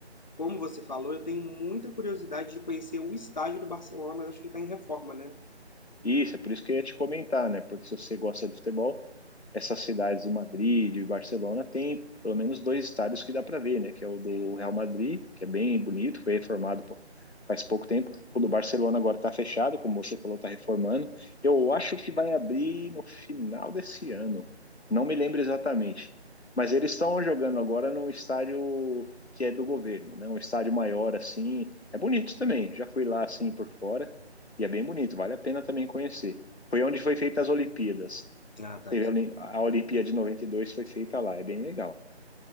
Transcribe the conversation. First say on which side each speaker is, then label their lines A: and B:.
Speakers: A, on the left (about 40°); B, on the left (about 70°).
A: como você falou, eu tenho muita curiosidade de conhecer o estádio do Barcelona, mas acho que está em reforma, né?
B: Isso, é por isso que eu ia te comentar, né? Porque se você gosta de futebol, essas cidades de Madrid e Barcelona tem pelo menos dois estádios que dá para ver, né? Que é o do Real Madrid, que é bem bonito, foi reformado pô, faz pouco tempo. O do Barcelona agora está fechado, como você falou, está reformando. Eu acho que vai abrir no final desse ano. Não me lembro exatamente. Mas eles estão jogando agora num estádio que é do governo, né? Um estádio maior assim. É bonito também. Já fui lá assim por fora. E é bem bonito, vale a pena também conhecer. Foi onde foi feita as Olimpíadas.
A: Ah, tá.
B: Teve
A: isso.
B: a Olim- a Olimpíada de 92 foi feita lá, é bem legal.